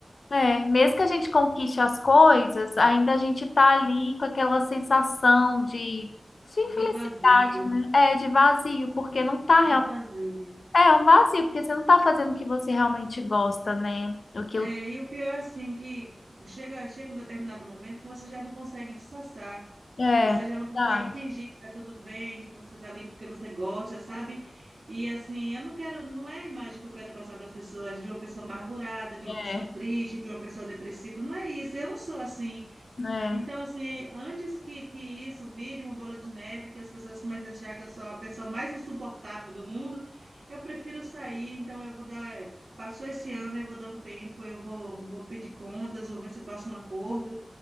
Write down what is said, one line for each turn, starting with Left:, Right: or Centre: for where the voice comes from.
Left: é, mesmo que a gente conquiste as coisas, ainda a gente tá ali com aquela sensação de, de infelicidade,
Right: de vazio,
Left: né? É, de vazio, porque não tá
Right: de
Left: real.
Right: vazio.
Left: É um vazio, porque você não tá fazendo o que você realmente gosta, né? Aquilo.
Right: É, e o pior é assim, que chega, chega um determinado momento que você já não consegue disfarçar.
Left: É,
Right: Você já não consegue
Left: verdade.
Right: fingir que tá tudo bem, que você tá ali porque você gosta, sabe? E assim, eu não quero, não é a imagem que eu quero passar para as pessoas de uma pessoa amargurada, de
Left: É,
Right: uma pessoa triste, de uma pessoa depressiva. Não é isso. Eu não sou assim.
Left: é.
Right: Então, assim, antes que, que isso vire uma bola de neve, que as pessoas comecem a achar que eu sou a pessoa mais insuportável do mundo, eu prefiro sair. Então, eu vou dar. Passou esse ano, eu vou dar um tempo, eu vou, vou pedir contas, vou ver se faço um acordo